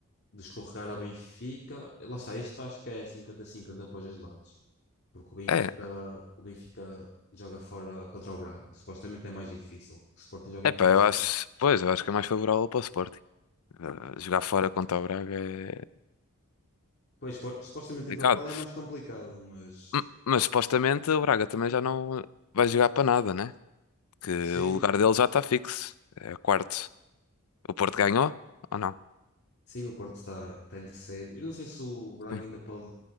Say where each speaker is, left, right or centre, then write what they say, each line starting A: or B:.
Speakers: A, on the left; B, on the left.
A: de escorregar ao Benfica, lá está, isto acho que é cinquenta a cinquenta para os dois lados, porque o Benfica,
B: É.
A: o Benfica joga fora contra o Braga, supostamente é mais difícil, porque o Sporting joga
B: Epá,
A: em casa.
B: eu acho. Pois, eu acho que é mais favorável para o Sporting. Eh, Jogar fora contra o Braga é
A: Pois, po- supostamente
B: complicado.
A: em papel é mais complicado, mas
B: M- Mas supostamente o Braga também já não vai jogar para nada, né? Que
A: sim,
B: o lugar dele já está fixo. É quarto. O Porto ganhou ou não?
A: Sim, o Porto está está em terceiro. Eu não sei se o Braga
B: Sim.
A: ainda pode